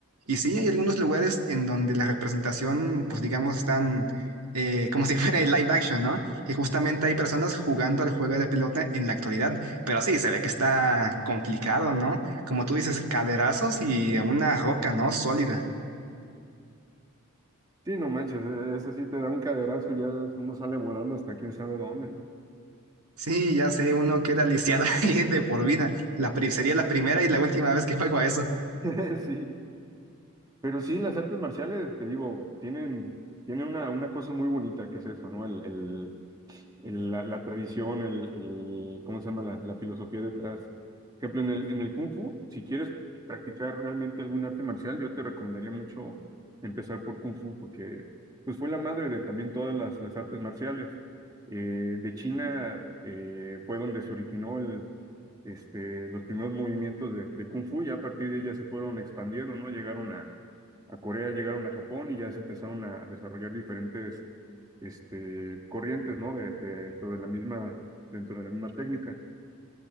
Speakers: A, on the right (about 90°); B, on the right (about 15°).
A: Y sí, hay algunos lugares en donde la representación, pues digamos, están eh, como <laughs> si fuera el live action, ¿no? Que justamente hay personas jugando al juego de la pelota en la actualidad. Pero sí, se ve que está complicado, ¿no? Como tú dices, caderazos y una roca, ¿no? Sólida.
B: Sí, no manches, eh, eso sí te da un caderazo, ya uno sale volando hasta quién sabe dónde.
A: Sí, ya sé, uno queda lisiado <laughs> ahí de por vida. La, pri- sería la primera y la última vez que juego a eso.
B: <laughs> Sí. Pero sí, las artes marciales, te digo, tienen, tienen una, una cosa muy bonita que es eso, ¿no? El, el, el- la, la tradición, el, el, ¿cómo se llama? La, la filosofía detrás. Por ejemplo, en el, en el Kung Fu, si quieres practicar realmente algún arte marcial, yo te recomendaría mucho empezar por Kung Fu, porque pues fue la madre de también todas las, las artes marciales. Eh, de China eh, fue donde se originó este, los primeros movimientos de, de Kung Fu, ya a partir de ahí ya se fueron expandiendo, ¿no? Llegaron a, a Corea, llegaron a Japón y ya se empezaron a desarrollar diferentes este, corrientes, ¿no? De, de- dentro de la misma, dentro de la misma técnica.